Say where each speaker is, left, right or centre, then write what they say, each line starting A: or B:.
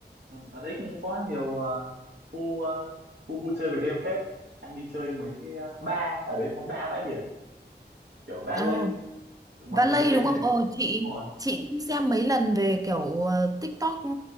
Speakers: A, on the right; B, on the right.
A: Ừ, ở đấy cũng có nhiều à, khu à, khu vui chơi về đêm phết em đi chơi mấy cái à, bar ở đấy có ba bãi biển kiểu valet
B: Ồ,
A: ấy. Kiểu mọi
B: Valley
A: người ra đấy
B: đúng không?
A: nhảy
B: Ồ, chị
A: đúng rồi
B: chị cũng xem mấy lần về kiểu ờ, TikTok ừ,